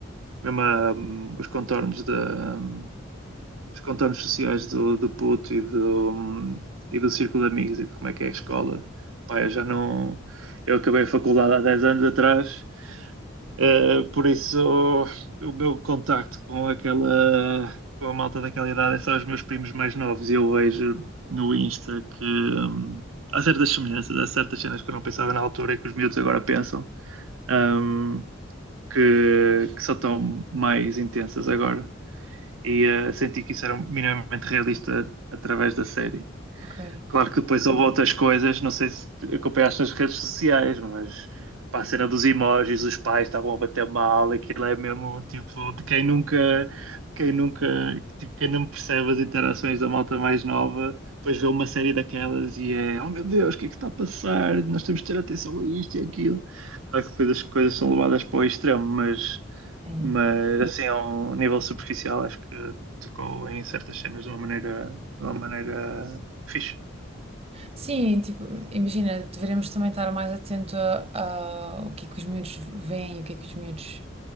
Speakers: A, on the right (about 85°); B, on the right (about 30°).
A: mesmo a, um, os contornos da um, os contornos sociais do, do puto e do um, e do círculo de amigos e de como é que é a escola. Pá, eu já não eu acabei a faculdade há 10 anos atrás, uh, por isso o, o meu contacto com aquela com a malta daquela idade é só os meus primos mais novos e eu vejo no Insta que hum, há certas semelhanças, há certas cenas que eu não pensava na altura e que os miúdos agora pensam. hum, que, que só estão mais intensas agora e uh, senti que isso era minimamente realista através da série.
B: Ok.
A: Claro que depois houve outras coisas, não sei se acompanhaste nas redes sociais, mas pá, a cena dos emojis, os pais estavam a bater mal, aquilo é mesmo tipo de quem nunca, quem nunca, tipo, quem não percebe as interações da malta mais nova, depois vê uma série daquelas e é, oh meu Deus, o que é que está a passar? Nós temos de ter atenção a isto e aquilo. Claro que depois as coisas são levadas para o extremo, mas,
B: é
A: mas assim, a um nível superficial, acho que tocou em certas cenas de uma maneira, de uma maneira fixe.
B: Sim, tipo, imagina, deveremos também estar mais atento a, a o que é que os miúdos veem e o que é que os miúdos,